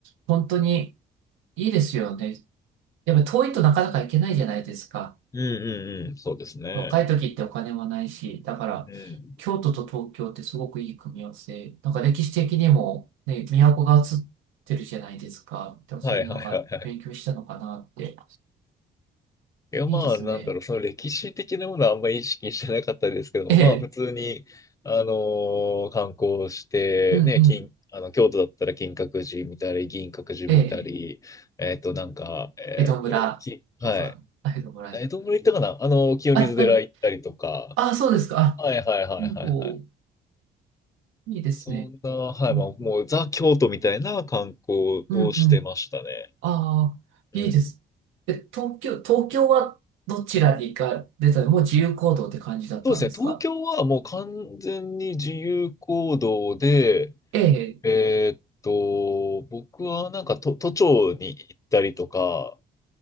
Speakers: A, on the right; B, on the left.
A: 本当にいいですよね。でも遠いとなかなか行けないじゃないですか。
B: うんうんうん、そうですね。
A: 若い時ってお金もないし、だから、
B: うん。
A: 京都と東京ってすごくいい組み合わせ。なんか歴史的にも、ね、都が映ってるじゃないですか。でもそういうのなんか勉強したのかなって。
B: はいはいはいはいいや、まあ、
A: いいですね。
B: なんだろう、その歴史的なものはあんまり意識してなかったですけども、
A: ええ、
B: まあ、普通に、あのー観光して、
A: うんうん。
B: ね、金、あの、京都だったら金閣寺見たり、銀閣寺見たり、
A: ええ、
B: えっと、なんか、えっと、
A: 江戸村とか、
B: き、はい。
A: 江戸村
B: え、どんぐらい行ったかなあの、清水寺行ったりとか、
A: あ、たあ、そうですか。
B: はいはいはいはいはい。
A: あ、お、いいですね。
B: そんな、はい、
A: うん、
B: まあ、もう、ザ・京都みたいな観光をしてましたね。
A: うん、うん。ああ、
B: うん。
A: いいです。え、東京、東京はどちらに行かれたのもう自由行動って感じだったんですか
B: そうですね、東京はもう完全に自由行動で、
A: ええ、
B: えーっと、僕はなんか都、都庁に行ったりとか